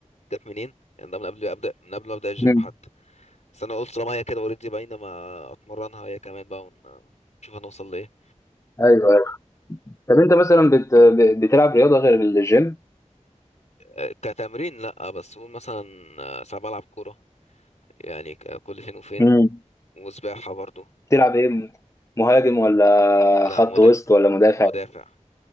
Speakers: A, on the left; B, on the left.
A: جت منين يعني ده من قبل أبدأ من قبل ما أبدأ الجيم
B: مم.
A: حتى بس أنا قلت طالما هي كده أوريدي باينة ما أتمرنها هي كمان بقى ون... نشوف هنوصل لإيه
B: ايوه ايوه طب انت مثلا بت... ب- بتلعب رياضه غير الجيم
A: آه، كتمرين لأ بس قول مثلا آه، ساعات بلعب كورة يعني ك- كل فين وفين
B: مم.
A: وسباحة برضو
B: بتلعب ايه مهاجم ولا
A: لأ
B: خط
A: مدا-
B: وسط ولا مدافع
A: مدافع